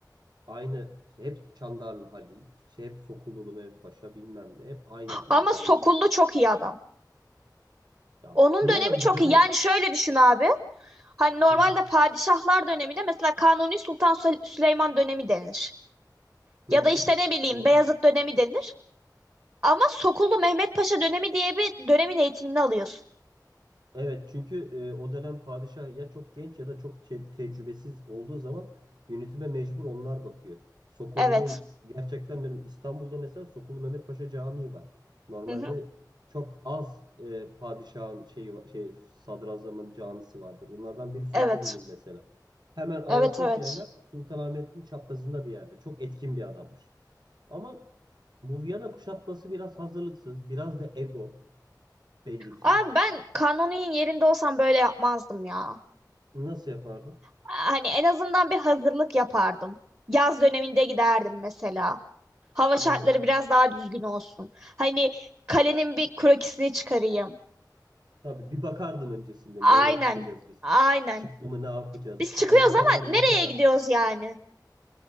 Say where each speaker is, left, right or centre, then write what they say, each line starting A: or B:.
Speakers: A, on the right; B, on the right.
A: aynı işte hep Çandarlı Halil, şey hep Sokullulu Mehmet Paşa bilmem ne. Hep aynı
B: Ama
A: insanların.
B: Sokullu çok iyi adam.
A: Ya
B: Onun
A: bilemem
B: dönemi çok
A: bir dönem.
B: iyi. Yani şöyle düşün abi. Hani normalde
A: Hı
B: padişahlar döneminde mesela Kanuni Sultan Sü- Süleyman dönemi denir.
A: hı.
B: Ya
A: hı.
B: da işte ne bileyim
A: Doğru.
B: Beyazıt dönemi denir. Ama Sokullu Mehmet Paşa dönemi diye bir dönemin eğitimini alıyorsun.
A: Evet çünkü e, o dönem padişah ya çok genç ya da çok te- tecrübesiz olduğu zaman yönetime mecbur onlar bakıyor. Sokolu'nun
B: Evet.
A: gerçekten diyorum İstanbul'da mesela Sokolu Mehmet Paşa Camii var. Normalde
B: Hı hı.
A: çok az e, padişahın şeyi va- şey sadrazamın camisi vardır. Bunlardan biri Sokolu'nun
B: Evet.
A: mesela. Hemen Ayasofya
B: Evet evet.
A: ile Sultanahmet'in çaprazında bir yerde. Çok etkin bir adammış. Ama bu Viyana kuşatması biraz hazırlıksız, biraz da ego belli ki.
B: Aa ben Kanuni'nin yerinde olsam böyle yapmazdım ya.
A: Nasıl yapardı?
B: Hani en azından bir hazırlık yapardım. Yaz döneminde giderdim mesela. Hava şartları
A: Doğru.
B: biraz daha düzgün olsun. Hani kalenin bir krokisini çıkarayım.
A: Tabii bir bakardın öncesinde
B: Aynen.
A: nereye çıkacağız biz?
B: Aynen.
A: Çıktı mı ne yapacağız?
B: Biz çıkıyoruz
A: Bu insanlar
B: ama nereye
A: ne kadar
B: gidiyoruz yani?